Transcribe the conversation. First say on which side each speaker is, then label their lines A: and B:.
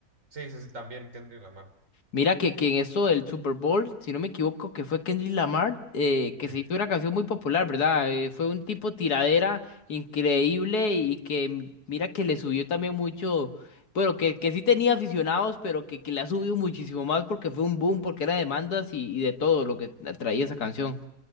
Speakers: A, on the right; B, on the left.
A: sí, sí, sí, también Kendrick Lamar.
B: Mira que, que en esto del Super Bowl, si no me equivoco, que fue Kendrick Lamar, eh, que
A: Sí.
B: se hizo una canción muy popular, ¿verdad? Eh, fue un tipo tiradera increíble y que m- mira que le subió también mucho, bueno, que, que sí tenía aficionados, pero que, que le ha subido muchísimo más porque fue un boom, porque era demandas y, y de todo lo que traía esa canción.